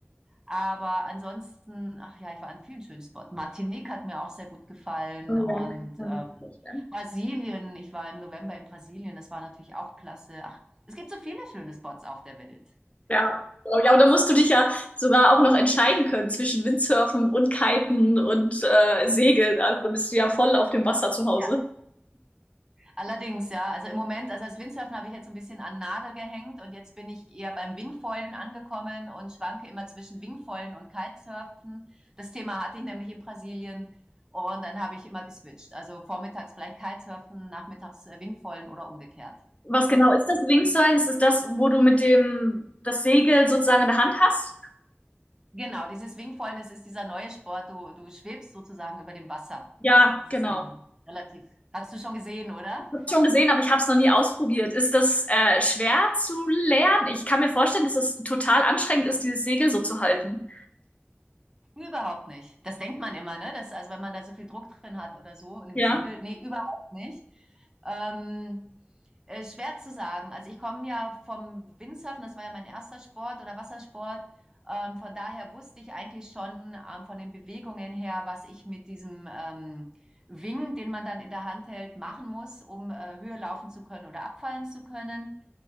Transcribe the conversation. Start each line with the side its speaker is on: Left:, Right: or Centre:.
Right: Aber ansonsten, ach ja, ich war an vielen schönen Spots. Martinique hat mir auch sehr gut gefallen
Left: Oh
Right: und
Left: Ja, kann ich mir
Right: äh,
Left: gut vorstellen.
Right: Brasilien, ich war im November in Brasilien, das war natürlich auch klasse. Ach, es gibt so viele schöne Spots auf der Welt.
Left: Ja, glaube ich. Aber da musst du dich ja sogar auch noch entscheiden können zwischen Windsurfen und Kiten und äh, Segeln. Also da bist du ja voll auf dem Wasser zu Hause.
Right: Ja. Allerdings, ja, also im Moment, also als Windsurfen habe ich jetzt so ein bisschen an den Nagel gehängt und jetzt bin ich eher beim Wingfoilen angekommen und schwanke immer zwischen Wingfoilen und Kitesurfen. Das Thema hatte ich nämlich in Brasilien und dann habe ich immer geswitcht. Also vormittags vielleicht Kitesurfen, nachmittags äh, Wingfoilen oder umgekehrt. <laughs>
Left: Was genau ist das Wingsuilen? Ist es das, wo du mit dem das Segel sozusagen in der Hand hast?
Right: Genau, dieses Wingfoilen, das ist dieser neue Sport. Du, du schwebst sozusagen über dem Wasser.
Left: Ja,
Right: Das
Left: genau.
Right: ist so eine relativ. Hast du schon gesehen, oder?
Left: Ich habe schon gesehen, aber ich habe es noch nie ausprobiert. Ist das äh, schwer zu lernen? Ich kann mir vorstellen, dass es total anstrengend ist, dieses Segel so zu halten.
Right: Überhaupt nicht. Das denkt man immer, ne? Das, also wenn man da so viel Druck drin hat oder so und im
Left: Ja,
Right: Segel. Nee, überhaupt nicht. Ähm, äh, schwer zu sagen. Also ich komme ja vom Windsurfen, das war ja mein erster Sport oder Wassersport. Ähm, von daher wusste ich eigentlich schon ähm, von den Bewegungen her, was ich mit diesem ähm, Wing, den man dann in der Hand hält, machen muss, um äh, Höhe laufen zu können oder abfallen zu können.